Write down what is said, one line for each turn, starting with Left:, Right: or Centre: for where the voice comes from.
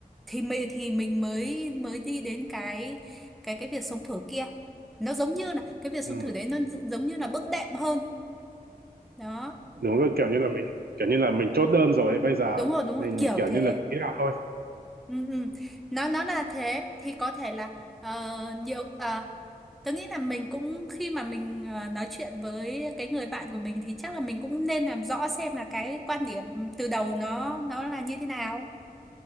Centre: thì mình thì mình mới mới đi đến cái cái cái việc sống thử kia nó giống như là cái việc sống
Right: ừ,
Centre: thử đấy nó gi- giống như là bước đệm hơn đó
Right: đúng rồi kiểu như là mình kiểu như là mình chốt đơn rồi ấy. bây giờ
Centre: đúng rồi đúng
Right: mình
Centre: rồi kiểu
Right: kiểu
Centre: thế
Right: như là ký là thôi
Centre: Ừ, ừ. nó nó là thế thì có thể là ờ, nhiều ờ, tớ nghĩ là mình cũng khi mà mình ờ, nói chuyện với cái người bạn của mình thì chắc là mình cũng nên làm rõ xem là cái quan điểm từ đầu nó nó là như thế nào